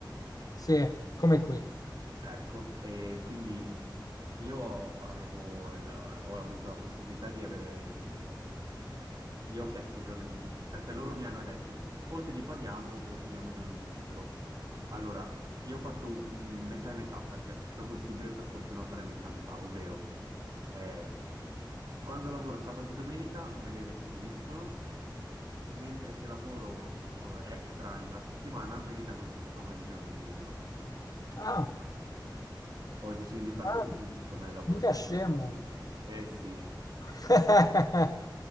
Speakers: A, on the left; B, on the right.
A: Sì, come qui.
B: Ecco, e quindi io avevo, il- ho avuto la possibilità di avere, mh, io ho chiesto i giorni di libero, perché loro mi hanno detto o te li paghiamo o ti diamo i giorni di libero. Allora, io ho fatto un metà e metà, perché è stato possibile per fortuna fare metà e metà, ovvero eh, quando lavoro sabato e domenica me li retribuiscono, mentre se lavoro faccio extra nella settimana me li danno sotto forma di giorni di libero.
A: Ah,
B: Ho deciso di far
A: ah,
B: così, siccome lavoro
A: mica
B: tanto
A: scemo.
B: anche nel weekend. Eh sì,
A: <laughs>